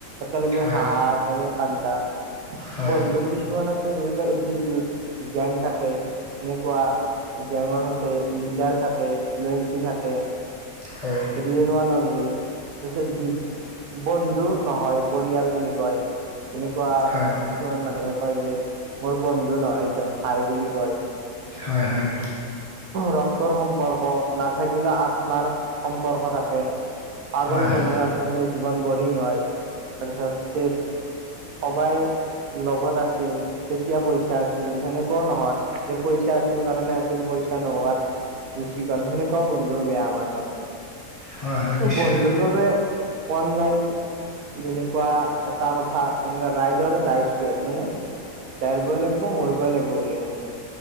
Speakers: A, on the right (about 80°); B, on the left (about 35°).
A: একেলগে
B: হয়
A: হাঁহা একেলগে কান্দা
B: হয়
A: বন্ধুৰ
B: হয়
A: কিছুমান আছে যেনেকুৱা এটিটিউড গেং থাকে তেনেকুৱা গেঙৰ সৈতে লিডাৰ থাকে লয়েলটি থাকে
B: হয়
A: ৰিয়েলৱান অনলি তাছত দীপ বন্ধু নহয় পৰিয়াল বুলি কয় তেনেকুৱা
B: হয়
A: কিছুমান মানুহে কয় যে মোৰ বন্ধু নহয় এজন ভাই বুলি কয়
B: হয় হয়
A: ৰক্তৰ সম্পৰ্ক নাথাকিলে আত্মাৰ সম্পৰ্ক থাকে পাগল
B: হয় হয়
A: বন্ধু নাথাকিলে জীৱন বৰিং হয় তাৰপিছত চেদ সবাই লগত আছিল তেতিয়া পইচা আছিল সেনেকুৱাও নহয় যে পইচা আছিল কাৰণে আছিল পইচা নোহোৱাত গুচি গ'ল সেনেকুৱা বন্ধু বেয়া আমাৰ কাৰ
B: হয় হয় নিশ্চয়
A: বন্ধুৰ বাবে অনলাইন যেনেকুৱা এটা কথা যেনেকুৱা ৰাইডৰ দাইচ পেৰ নহয়‌ নে দৌৰব লাগিব মৰিবই লাগিব বুলি কৈছে